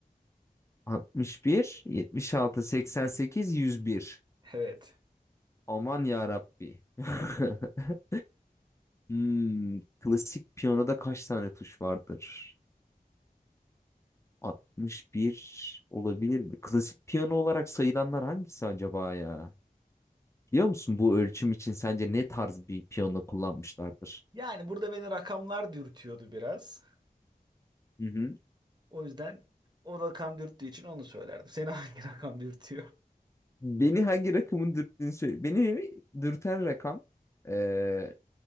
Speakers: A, on the left; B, on the right.
A: 61, 76, 88, 101.
B: Evet.
A: Aman ya Rabbi. <laughs> Hmm, klasik piyanoda kaç tane tuş vardır? 61 olabilir mi? Klasik piyano olarak sayılanlar hangisi acaba ya? Biliyor musun bu ölçüm için sence ne tarz bir piyano kullanmışlardır?
B: Yani burada beni rakamlar dürtüyordu biraz.
A: Hı hı.
B: O yüzden o rakam dürttüğü için onu söylerdim. Seni <laughs> hangi rakam dürtüyor?
A: Beni hangi rakamın dürttüğünü söyle. Beni dürten rakam eee,